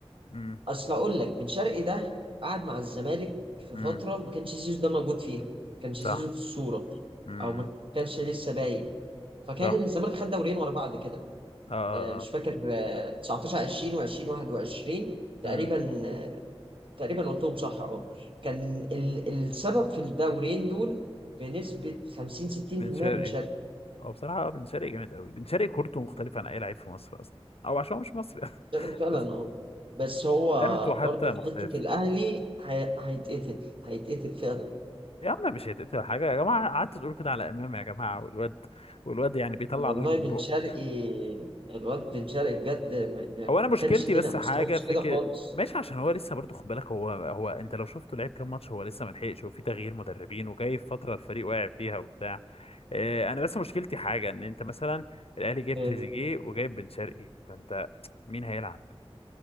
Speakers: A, on the left; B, on the right.
A: م-
B: اصل اقول لك بن شرقي ده قعد مع الزمالك في
A: م.
B: فتره ما كانش زيزو ده موجود فيها ما كانش
A: صح
B: زيزو في الصوره
A: م- م.
B: او ما كانش لسه باين فكان
A: صح
B: إن الزمالك خد دورين ورا بعض كده
A: اه اه
B: آه، مش
A: اه
B: فاكر آه، 19 20 و20 21 تقريبا
A: م.
B: آه، تقريبا قلتهم صح اهو كان ال- السبب في الدورين دول بنسبه 50 60%
A: بن شرقي
B: بن شرقي
A: هو بصراحة بن شرقي جامد قوي بن شرقي كورته مختلفة عن أي لعيب في مصر أصلا أو عشان هو مش مصري أصلا
B: بن شرقي
A: <laughs>
B: فعلا
A: بس
B: اه بس هو
A: لمته حتى
B: برضه في
A: مختلف
B: حته الاهلي هي- هيتقتل هيتقتل فعلا
A: يا عم مش هيتقطع حاجة يا جماعة قعدت تقول كده على إمام يا جماعة والواد والواد يعني بيطلع
B: والله
A: نار من
B: بن
A: بقه
B: شرقي الواد بن شرقي بجد ما ما
A: هو أنا مشكلتي
B: كانش كده
A: بس
B: مستواه
A: حاجة
B: مش
A: فكرة
B: كده خالص
A: ماشي عشان هو لسه برضه خد بالك هو هو أنت لو شفته لعب كام ماتش هو لسه ملحقش وفي تغيير مدربين وجاي في فترة الفريق واقع فيها وبتاع آه، أنا بس مشكلتي حاجة إن أنت مثلا الأهلي جايب
B: إيه،
A: تريزيجيه وجايب بن شرقي فأنت مين هيلعب